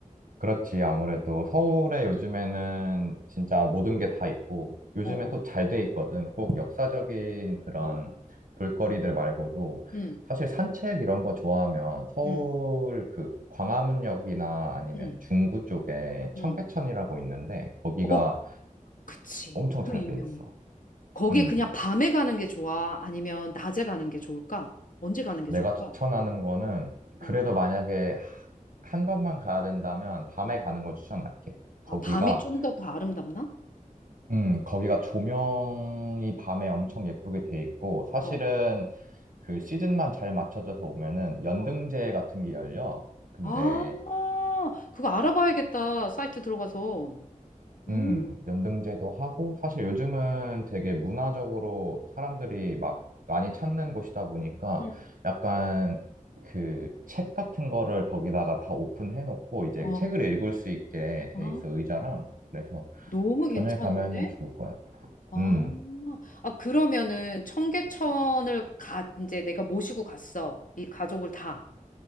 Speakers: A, on the right; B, on the left.
A: 그렇지. 아무래도 서울에 요즘에는 진짜 모든 게 다 있고, 요즘엔
B: 어,
A: 또 잘 돼 있거든. 꼭 역사적인 그런
B: 어,
A: 볼거리들 말고도,
B: 응
A: 사실 산책 이런 거 좋아하면 서울
B: 응
A: 그 광화문역이나 아니면
B: 응
A: 중구 쪽에
B: 응
A: 청계천이라고 있는데, 거기가
B: 어, 그치.
A: 엄청
B: 그
A: 잘
B: 유명한.
A: 돼 있어.
B: 거기
A: 음.
B: 그냥 밤에 가는 게 좋아? 아니면 낮에 가는 게 좋을까? 언제 가는 게
A: 내가
B: 좋을까?
A: 추천하는 거는,
B: 어,
A: 그래도 만약에 하- 한 번만 가야 된다면 밤에
B: 어.
A: 가는 걸 추천할게. 거기가
B: 아, 밤이 좀 더 더 아름답나?
A: 음, 거기가 조명이 밤에 엄청 예쁘게 돼 있고, 사실은
B: 어,
A: 그 시즌만 잘 맞춰져서 오면은 연등제
B: 어.
A: 같은 게 열려. 근데,
B: 아, 그거 알아봐야겠다. 사이트 들어가서. 음,
A: 음, 연등제도 하고, 사실 요즘은 되게 문화적으로 사람들이 막 많이 찾는 곳이다 보니까
B: 음.
A: 약간 그 책 같은 거를 거기다가 다 오픈해 놓고, 이제
B: 어,
A: 책을 읽을 수 있게 돼
B: 아,
A: 있어, 의자랑. 그래서
B: 너무 괜찮은데?
A: 저녁에 가면은 좋을 거야.
B: 아,
A: 음,
B: 아, 그러면은 청계천을 가, 이제 내가 모시고 갔어. 이 가족을 다.